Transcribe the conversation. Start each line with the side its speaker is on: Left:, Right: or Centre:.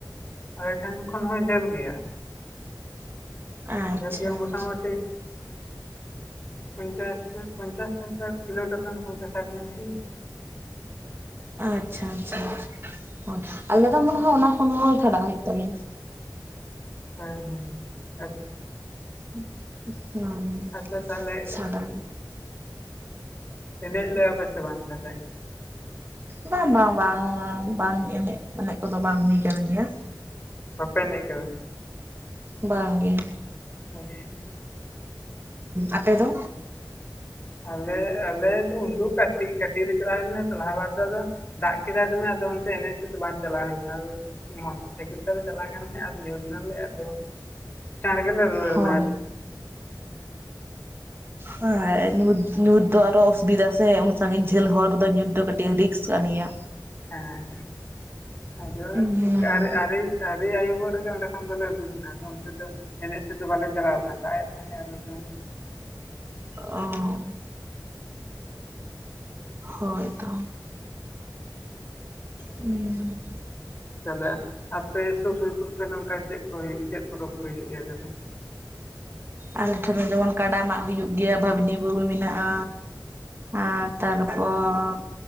Left: ᱟᱞᱮ ᱴᱷᱮᱱ ᱠᱷᱚᱱ ᱦᱚᱸ ᱡᱷᱟᱹᱞ ᱜᱮᱭᱟ᱾
Right: ᱟᱪᱪᱷᱟ
Left: ᱡᱷᱮᱞ ᱜᱮᱭᱟ ᱢᱳᱴᱟ-ᱢᱩᱴᱤ
Right: ᱟᱪᱪᱷᱟ
Left: ᱯᱧᱪᱟᱥ ᱯᱚᱪᱟᱥ ᱴᱠᱟ ᱠᱤᱞᱳᱢᱤᱴᱟᱨ ᱜᱟᱱ ᱯᱚᱧᱪᱟᱥ ᱥᱟᱴ ᱜᱟᱱ ᱦᱚᱭᱳᱜ ᱟ᱾
Right: ᱟᱪᱪᱷᱟ ᱟᱪᱪᱷᱟᱷᱟ ᱦᱳᱭ ᱟᱞᱮ ᱫᱚ ᱢᱚᱱᱮ ᱚᱱᱟ ᱠᱷᱚᱱ ᱦᱚᱸ ᱪᱷᱟᱰᱟᱣ ᱦᱩᱭᱩᱜ ᱛᱟᱞᱮᱭᱟ᱾
Left: ᱦᱮᱸ ᱦᱮᱸ ᱟᱪᱪᱷᱟ᱾
Right: <unintelligible>
Left: ᱟᱪᱪᱷᱟ ᱛᱟᱦᱚᱞᱮ
Right: ᱪᱷᱟᱰᱟ
Left: ᱮᱱᱮᱡ ᱞᱮᱭᱟᱯᱮ ᱥᱮ ᱵᱟᱝ ᱛᱟᱦᱚᱞᱮ?
Right: ᱵᱟᱝ ᱵᱟᱝ ᱵᱟᱝ ᱵᱟᱝ ᱮᱱᱮᱡ ᱮᱱᱮᱡ ᱠᱚᱫᱚ ᱵᱟᱝ ᱦᱩᱭ ᱠᱟᱱᱟᱱ ᱜᱮᱭᱟ᱾
Left: ᱵᱟᱯᱮ ᱮᱱᱮᱡ ᱠᱟᱫᱟ?
Right: ᱵᱟᱝ ᱜᱮ᱾
Left: ᱟᱪᱪᱷᱟ᱾
Right: ᱟᱯᱮ ᱫᱚ᱾
Left: ᱟᱞᱮ ᱟᱞᱮ ᱩᱱ ᱫᱚ ᱠᱟᱹᱴᱤᱡ ᱠᱟᱴᱤᱨ ᱪᱟᱞᱟᱣ ᱦᱩᱭ ᱞᱮᱱᱟ ᱛᱚ ᱞᱟᱦᱟᱵᱟᱨ ᱫᱚ ᱟᱫᱚ ᱫᱟᱜ ᱠᱮᱫᱟ ᱫᱚᱢᱮ ᱟᱫᱚ ᱚᱱᱛᱮ ᱮᱱᱮᱡ ᱥᱮᱫ ᱵᱟᱝ ᱪᱟᱞᱟᱣ ᱦᱩᱭᱱᱟ ᱚᱫᱚ ᱢᱚᱴᱚᱨ ᱥᱟᱭᱠᱮᱞ ᱛᱮᱞᱮ ᱪᱟᱞᱞᱟᱣ ᱠᱟᱱ ᱛᱟᱦᱮᱸᱫ ᱧᱩᱛ ᱮᱱᱟᱞᱮ ᱟᱫᱚ ᱪᱟᱲ ᱜᱮᱞᱮᱞᱮ ᱨᱩᱣᱟᱹᱲ
Right: ᱦᱳᱭ
Left: ᱱᱟ ᱟᱨᱤ
Right: ᱦᱮᱸ ᱧᱩ ᱧᱩᱫ ᱫᱟᱨ ᱚᱥᱩᱵᱤᱫᱷᱟ ᱥᱮ᱾ ᱥᱟᱺᱜᱤᱧ ᱡᱷᱟᱹᱞ ᱦᱚᱲ ᱫᱚ ᱧᱩᱛ ᱫᱚ ᱠᱟᱹᱴᱤᱡ ᱨᱤᱠᱥ ᱠᱟᱱ ᱜᱮᱭᱟ᱾
Left: ᱦᱮᱸ ᱦᱮᱸ ᱟᱫᱚ
Right: ᱦᱩᱸ
Left: ᱤᱱᱠᱟᱹ ᱟᱨᱮ ᱟᱨᱮ ᱟᱹᱨᱤ ᱟᱭᱩᱵᱚᱜ ᱨᱮᱜᱮ ᱚᱸᱰᱮ ᱠᱷᱚᱱ ᱫᱚ ᱞᱮ ᱩᱰᱩᱠ ᱚᱱᱛᱮ ᱫᱚ ᱮᱱᱮᱡ ᱥᱮᱫ ᱫᱚ ᱵᱟᱞᱮ ᱪᱟᱞᱟᱣ ᱞᱮᱱᱟ ᱫᱟᱜ ᱮ ᱛᱟᱦᱮᱸᱫ <unintelligible>
Right: ᱚ ᱦᱳᱭ ᱛᱚ᱾ ᱦᱩᱸ
Left: ᱛᱟᱦᱞᱮ ᱟᱯᱮ ᱥᱩᱨ ᱥᱩᱯᱩᱨ ᱯᱮ ᱱᱚᱝᱠᱟ ᱪᱮᱫ ᱠᱚ ᱦᱩᱭᱩᱜ ᱜᱮᱭᱟ ᱪᱮᱫ ᱯᱚᱨᱚᱵᱽ ᱠᱚ ᱦᱩᱭᱩᱜ ᱜᱮᱭᱟ ᱛᱟᱦᱚᱞᱮ᱾
Right: ᱟᱞᱮ ᱴᱷᱮᱱ ᱦᱚᱸ ᱡᱮᱢᱚᱱ ᱠᱟᱰᱟᱟᱢᱟᱜ ᱦᱩᱭᱩᱜ ᱜᱮᱭᱟ ᱵᱷᱟᱵᱽᱱᱤ ᱵᱩᱨᱩ ᱢᱮᱱᱟᱜᱼᱟ᱾ ᱟᱨ ᱛᱟᱨ ᱯᱚᱨ